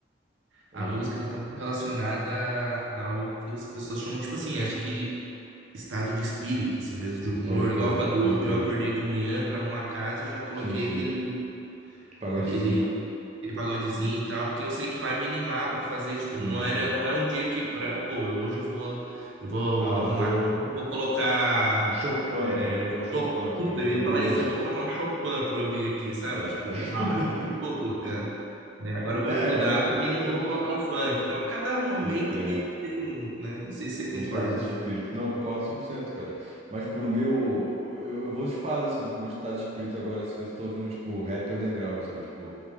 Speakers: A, on the right; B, on the right.
A: Oi,
B: A música, ela tá muito relacionada ao que as pessoas chamam, tipo assim, acho que estado de espírito, assim mesmo, de humor.
A: pode crer,
B: Igual eu falei,
A: pode
B: hoje
A: crer.
B: eu acordei de manhã pra arrumar a casa e já coloquei
A: Sim, sim.
B: aquele,
A: Pagodezinho,
B: aquele
A: né?
B: aquele pagodezinho e tal, porque eu sei que vai me animar pra fazer, tipo,
A: Sim,
B: não era,
A: sim.
B: não é um dia que pra, pô, eu- hoje eu vou, eu vou
A: Ah,
B: arrumar,
A: vou.
B: eu vou colocar
A: Um Chopin,
B: é,
A: tá ligado? Vou colocar um Chopin
B: Chopin,
A: aqui
B: Puta,
A: pra ver
B: eu
A: um
B: ia
A: Mozart.
B: falar isso, eu vou colocar um Chopin pra ouvir aqui, sabe?
A: É,
B: Tipo,
A: tá ligado?
B: bah,
A: <laughs>
B: não vou colocar, né? Agora eu vou
A: É,
B: estudar,
A: mas, tipo,
B: também
A: exatamente.
B: não vou colocar um funk. Então, a cada momento
A: Pode crer.
B: meio que tem um, né? Não sei se você concorda.
A: Um estado de espírito. Não, concordo cem por cento cara. Mas, tipo, no meu. Eu, eu vou de fase, assim. Tipo, meu estado de espírito agora, assim, eu tô ouvindo, tipo, rap underground, sabe? Tipo.